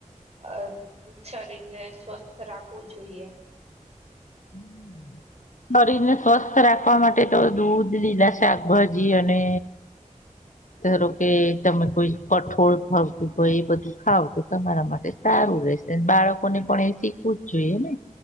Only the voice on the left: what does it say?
હમ્મ. શરીર ને સ્વસ્થ રાખવા માટે તો દૂધ લીધા શાકભાજી અને ધરો કે તમે કોઈ કઠોળ ભાવતું હોય એ બધું ખાવ તો તમારા માટે સા રું રહશે. બાળકોને પણ એ શીખવું જ જોઈએ ને?